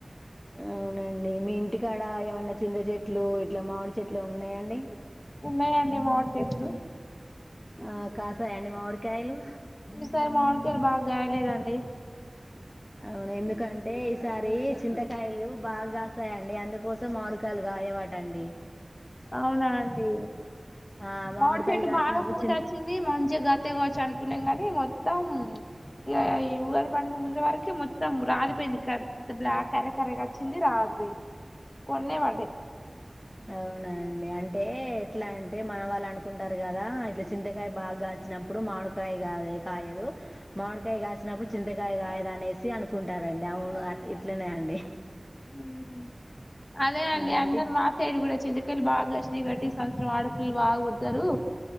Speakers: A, on the left; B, on the left.
A: అవునండి మీ ఇంటికాడ ఏమన్నా చింద చెట్లు ఇట్లా మామిడి చెట్లా ఉన్నాయండి
B: ఉన్నాయండి మామిడి చెట్లు
A: ఆ, కాసాయండి మామిడికాయలు
B: ఈసారి మామిడి కాయలు బాగా కాయలేదండి
A: అవునా ఎందుకంటే ఈసారి చింతకాయలు బాగాస్తాయండి అందుకోసం మామిడి కాయలు కాయవటండి
B: అవునా అండి
A: ఆ, మామిడికాయలు
B: మామిడి చెట్టు
A: కాసినప్పుడు
B: బాగా పూతోచింది
A: చింత
B: మంచిగ గట్టిగ కోయచ్చు అనుకున్నాంగాని మొత్తం మొత్తం ఇ ఇగా పండు ముంద వరక మొత్తం రాలిపోయిందింత బ్లా కర్ర కర్రగా వచ్చింది రాలిపోయింది కొన్నే పడ్డాయి
A: అవునా అండి అంటే ఎట్లా అంటే మన వాళ్ళు అనుకుంటారు కదా ఇట్లా చింతకాయ బాగాసినప్పుడు మామిడికాయ కాద కాయదు మామిడికాయ కాసినప్పుడు చింతకాయ కాయదు అనేసి అనుకుంటారండి అవును అట్లా ఇట్లనే అండి
B: ఉహు అదే అండి
A: ఆ, అంటే
B: అందరు
A: ఇప్-
B: మా సైడ్ కూడా చిందుకెల్ళి బాగా వచ్చినయి గట్టిగ సంవత్సరం ఆడు పిల్లలు బాగా పుట్టారు